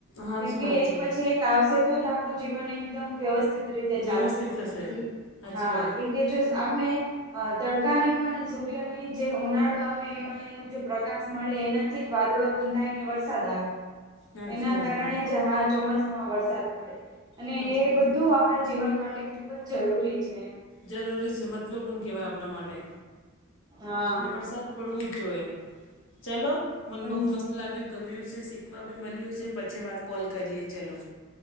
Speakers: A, on the left (about 55°); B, on the right (about 20°).
A: સાચી
B: કેમકે
A: વાત
B: એક
A: છે
B: પછી એક આવશે તો જ આપડું જીવન એકદમ વ્યવસ્થિત રીતે
A: વ્યવસ્થિત
B: ચાલશે.
A: થશે
B: જ
A: સાચી
B: હા
A: વાત
B: કેમકે જો આપણે અહ તડકાની પણ સૂર્યની જે ઉનાળો આવે એમાં એનો જે પ્રકાશ મળે એના થી વાદળો બંધ થાયને વરસાદ આવે
A: સાચી
B: એના
A: વાત
B: કારણે
A: છે
B: જ હા ચોમાસામાં વરસ સાદ પડે અને
A: સાચી
B: એ
A: વાત
B: બધું આપડા જીવન માટે ખુબ જ જરૂરી છે.
A: જરૂરી છે મહત્ત્વપૂર્ણ કહેવાય આપણા માટે.
B: હા
A: ને વરસાદ પડવું જ જોઈએ. ચલો મન
B: પણ
A: બહુ મસ્ત લાગ્યું ગમ્યું છે શીખવા બી મળ્યું છે પછી વાત કોલ કરીએ ચલો.